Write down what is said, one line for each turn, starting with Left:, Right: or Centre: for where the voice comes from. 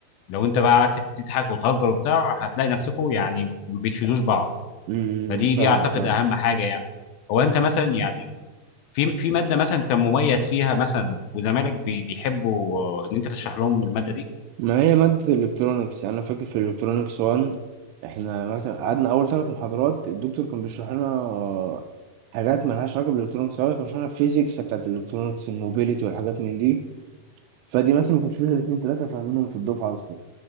Left: لو انت بقى قعدت تضحك وتهزر وبتاع هتلاقي نفسكم يعني ما بتفيدوش بعض
Right: امم
Left: فدي
Right: فاهمك
Left: دي اعتقد
Right: فاهمك
Left: اهم حاجه يعني هو انت مثلا يعني في في ماده مثلا انت مميز فيها مثلا وزمالك بي- بيحبوا آه، ان انت تشرح لهم الماده دي
Right: ما هي مادة الإلكترونيكس أنا فاكر في الإلكترونيكس 1 إحنا مثلا قعدنا أول ثلاث محاضرات الدكتور كان بيشرح لنا آه، حاجات مالهاش علاقة بالإلكترونيكس أوي كان بيشرح لنا الفيزيكس بتاعت الإلكترونيكس الموبيليتي والحاجات من دي فدي مثلا ما كانش فيها اتنين تلاتة فاهمينهم في الدفعة أصلا